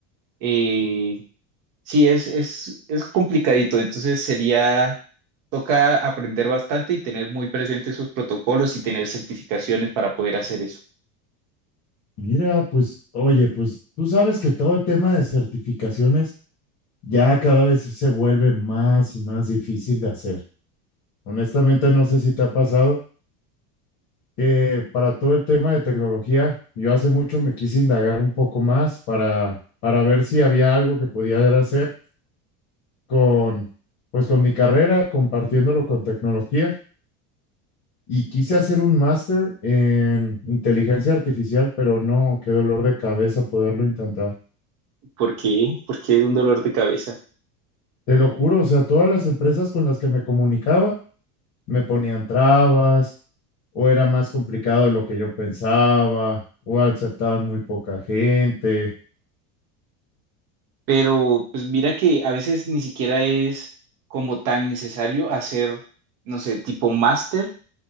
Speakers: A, on the right (about 50°); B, on the left (about 50°).
A: Eh, Sí, es, es, es complicadito, entonces sería, toca aprender bastante y tener muy presentes esos protocolos y tener certificaciones para poder hacer eso.
B: Mira, pues, oye, pues tú sabes que todo el tema de certificaciones ya cada vez se vuelve más y más difícil de hacer. Honestamente, no sé si te ha pasado que para todo el tema de tecnología, yo hace mucho me quise indagar un poco más para, para ver si había algo que podía hacer con, pues con mi carrera, compartiéndolo con tecnología. Y quise hacer un máster en inteligencia artificial, pero no, qué dolor de cabeza poderlo intentar.
A: ¿Por qué? Porque un dolor de cabeza.
B: Te lo juro, o sea, todas las empresas con las que me comunicaba me ponían trabas o era más complicado de lo que yo pensaba o aceptaban muy poca gente.
A: Pero pues mira que a veces ni siquiera es como tan necesario hacer, no sé, tipo máster,